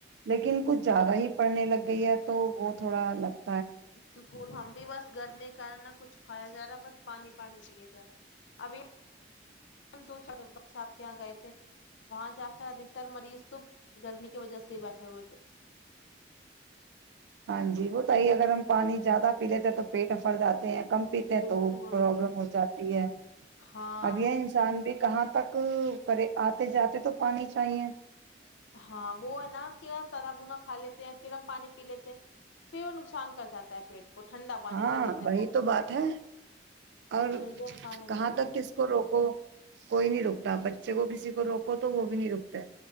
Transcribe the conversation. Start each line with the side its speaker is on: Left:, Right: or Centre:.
Right: لیکن کچھ زیادہ ہی پڑھنے لگ گئی ہے تو وہ تھوڑا الگ
Left: بالکل ہم بھی بس گرمی کان نہ کچھ کھایا جا رہا ہے بس پانی پانی پیے جا رہے ابھی دور صاحب کے یہاں گئے تھے وہاں جا کرد ر مریض تو گرمی کی وجہ سے بیٹھے ہوئے تھے
Right: ہاں جی بت ہی اگر ہم پانی زیادہ پی لیتے ہیں تو پیٹ میں پھر جاتا ہیں کم
Left: تھے
Right: پیتے ہیں
Left: بالکل
Right: تو وہ پرابلم ہو جاتی ہے
Left: ہاں
Right: اب یہ انسان بھی کہاں تک کرے آتے جاتے تو پانی چاہیے
Left: ہاں وہ ہے نا کہ ہم تال بنا کھا لیتے ہیں پھر ہم پانی پی لیتے ہیں پھر وہ نقصان کر جاتا ہے پیٹ کو ٹھنڈا پانی
Right: ہاں
Left: پی لیتے ہیں
Right: بی
Left: وہ بھی
Right: تو بات ہے اور
Left: میڈیم پانی نہیں
Right: کہاں
Left: پیتے
Right: تک کس کو روکو کوئی نہیں رکتاپ بچے کو کسی کو روکو تو وہ بھی نہیں رکتا